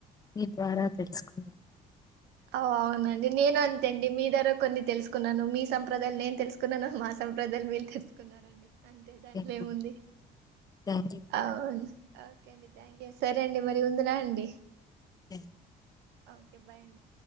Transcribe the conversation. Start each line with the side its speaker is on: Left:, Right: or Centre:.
Left: మీ ద్వారా తెలుసుకుంన్నాం
Right: అవ్ అవునండి నేను అంతే అండి, మీ ద్వారా కొన్ని తెలుసుకున్నాను. మీ సంప్రదాయాలు నేను తెలుసుకున్నాను. మా సంప్రదాయాలు మీరు తెలుసుకున్నారండి. అంతే దాంట్లో
Left: థాంక్
Right: ఏముంది
Left: యూ. థాంక్ యూ.
Right: అవును. ఓకే అండి థ్యాంక్ యూ. సరే అండి మరి ఉందునా అండి.
Left: ఉమ్
Right: ఓకే బాయ్ అండి.